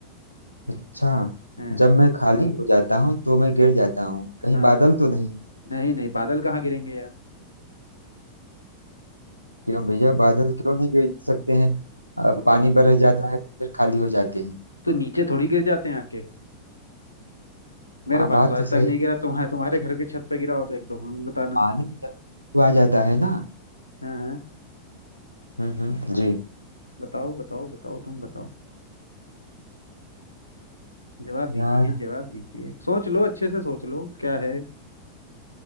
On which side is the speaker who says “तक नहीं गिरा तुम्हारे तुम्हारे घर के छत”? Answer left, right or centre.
Left